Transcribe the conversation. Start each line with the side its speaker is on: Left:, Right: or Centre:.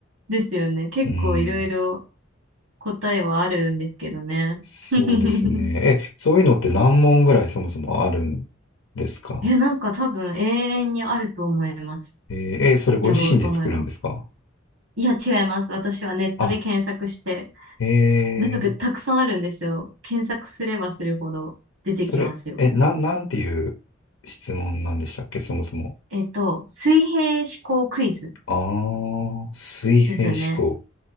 Right: ですよね。結構いろいろ
Left: うん。
Right: 答えはあるんですけどね。
Left: そうですね。
Right: <laughs>
Left: え、そういうのって何問ぐらいそもそもあるんですか
Right: え、なんか多分永遠にあると思います。
Left: えーえーそれご自身で作るんですか
Right: やろうと思えば。いや、違います。私はネットで検索して、
Left: あ、え
Right: なんかたくさんあるんですよ。検索すればするほど出てきますよ。
Left: それ、え、な、なんていう質問なんでしたっけ、そもそも。
Right: えっと、水平思考クイズ
Left: ああ、水平思考。
Right: ですね。